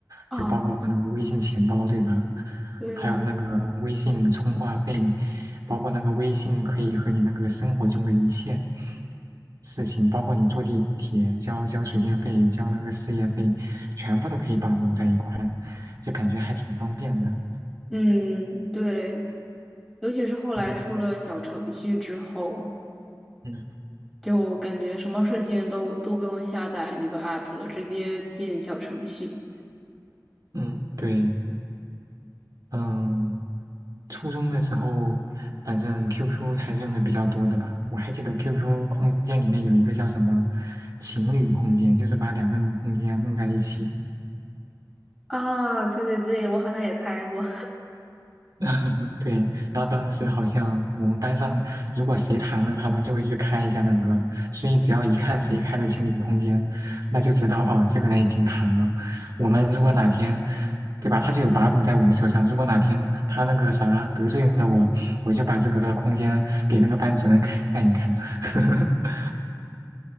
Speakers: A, in the centre; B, on the right.
A: 啊，
B: 就包括那个微信钱包，
A: 没错
B: 对吧？
A: 对，
B: 还有那个微信充话费，包括那个微信可以和你那个生活中的一切事情，包括你坐地铁、交交水电费、交那个事业费，全部都可以绑定在一块，就感觉还挺方便的。
A: 嗯对，尤其是后来出了小程序之后，
B: 嗯嗯
A: 就感觉什么事情都都不用下载那个 app 了，直接进小程序。
B: 嗯，对，嗯，初中的时候，反正 QQ 还是用的比较多的吧。我还记得 QQ 空间里面有一个叫什么情侣空间，就是把两个人空间弄在一起。
A: 啊，对对对，我好像也开过。
B: <laughs> 对，然后当时好像我们班上，如果谁谈了，他们就会去开一下那个，所以只要一看谁开了情侣空间，那就知道哦，这个人已经谈了。我们如果哪天，对吧，他就有把柄在我们手上。如果哪天他那个啥得罪了我，我就把这个空间给那个班主任看一看。<laughs>